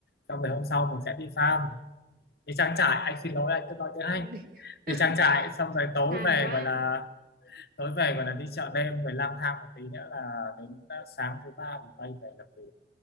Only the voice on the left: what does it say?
xong rồi hôm sau mình sẽ đi farm đi trang trại anh xin lỗi anh cứ nói tiếng Anh
đi trang trại xong rồi tối
về
gọi là tối về gọi là đi chợ đêm rồi lang thang một tí nữa là đến ờ, sáng thứ ba mình bay về làm việc